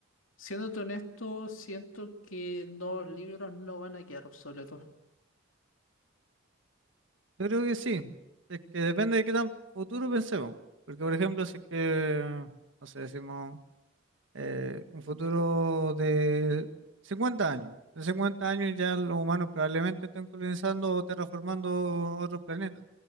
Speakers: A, on the left; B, on the right.
A: Siéndote honesto, siento que no, los libros no van a quedar obsoletos.
B: Yo creo que sí. Es que depende de qué tan futuro pensemos. Porque, por ejemplo, si es que, no sé, decimos eh, un futuro de 50 años. En 50 años ya los humanos probablemente estén colonizando o terraformando otros planetas.